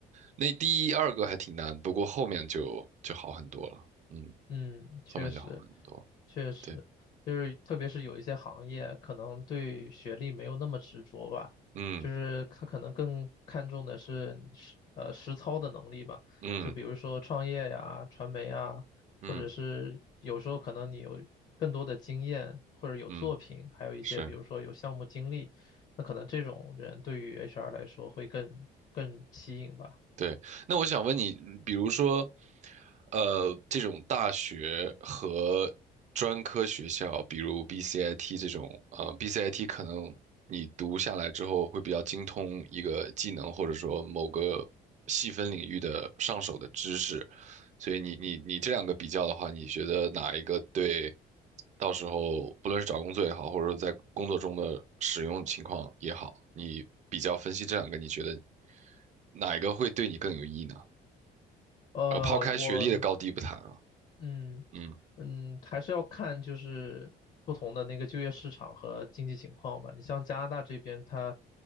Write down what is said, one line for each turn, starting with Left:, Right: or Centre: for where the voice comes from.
Right: 那第一、二个还挺难，不过后面就就好很多了，嗯，
Left: 嗯，确实，
Right: 后面就好很多，
Left: 确实，
Right: 对。
Left: 就是特别是有一些行业，可能对学历没有那么执着吧，
Right: 嗯。
Left: 就是他可能更看重的是你实呃实操的能力吧，
Right: 嗯
Left: 就比如说创业呀、传媒啊，
Right: 嗯
Left: 或者是有时候可能你有更多的经验，或者有作品，
Right: 嗯，
Left: 还有一些比如说有项目经历，
Right: 是，
Left: 那可能这种人对于 HR 来说会更更吸引吧。
Right: 对。那我想问你，比如说，呃，这种大学和专科学校，比如 BCIT 这种啊，BCIT 可能你读下来之后会比较精通一个技能，或者说某个细分领域的上手的知识，所以你你你这两个比较的话，你觉得哪一个对到时候不论是找工作也好，或者说在工作中的使用情况也好，你比较分析这两个，你觉得哪一个会对你更有意义呢？
Left: 呃，
Right: 呃，抛开学历的高低不谈啊，
Left: 我嗯
Right: 嗯
Left: 嗯，还是要看就是不同的那个就业市场和经济情况吧。你像加拿大这边，它